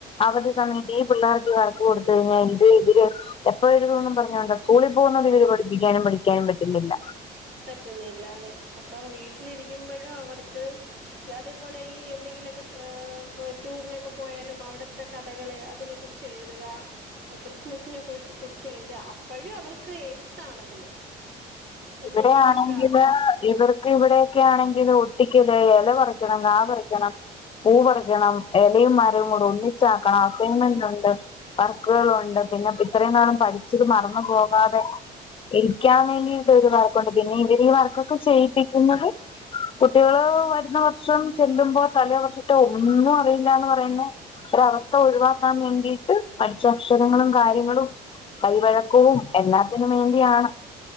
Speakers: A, on the left; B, on the right.
A: അവധി സമയത്ത് ഈ പിള്ളേർക്ക് വറക്ക് കൊടുത്ത് കഴിഞ്ഞാ ഇത് ഇത് <unintelligible> എപ്പോഴെഴുതോന്നും പറഞ്ഞോണ്ടാ സ്കൂളി പോവുന്നത് ഇതിന് പഠിപ്പിക്കാനും പഠിക്കാനും പറ്റുന്നില്ല
B: പറ്റുന്നില്ലാ. അതെ അപ്പൊ വീട്ടിലിരിക്കുമ്പഴും അവർക്ക് അതേപോലെ ഈ എന്തെങ്കിലൊക്കെ ഏഹ് ടൂറിനൊക്കെ പോയാലും അവിടെ ത്തെ കഥകള് അതിനെ കുറിച്ച് എഴുതുക ക്രിസ്മസിനെ കുറി ച് കുറിച്ച് എഴുതാ. അപ്പഴും അവർക്ക് എഴുത്താണതില് എന്തെങ്കിലൊക്കെ
A: ഇവിടെ ആണെങ്കില് ഇവർ ക്ക് ഇവിടെയൊക്കെ ആണെങ്കില് ഒട്ടിക്കല് ഇല പറിയ്ക്കണം കാ പറിക്കണം പൂ പറിക്കണം എലയും മരവും കൂടെ ഒന്നിച്ചാക്കണം അസൈൻമെന്റ് ഉണ്ട് വർക്കുകളുണ്ട് പിന്നെ ഇത്രയും നാളും പഠിച്ചത് മറന്നു പോവാതെ ഇരിക്കാൻ വേണ്ടിയിട്ടൊരു വർക്കുണ്ട് പിന്നെ ഇവര് ഈ വർക്കൊക്കെ ചെയ്യിപ്പിക്കുന്നത് കുട്ടികള് വരുന്ന വർഷം ചെല്ലുമ്പോ തലേ വർഷത്തെ ഒന്നും അറിയില്ലാന്ന് പറയുന്നെ ഒരവസ്ഥ ഒഴിവാക്കാൻ വേണ്ടിയിട്ട് പഠിച്ചക്ഷരങ്ങളും കാര്യങ്ങളും കൈവഴക്കവും എല്ലാത്തിനും വേണ്ടിയാണ്.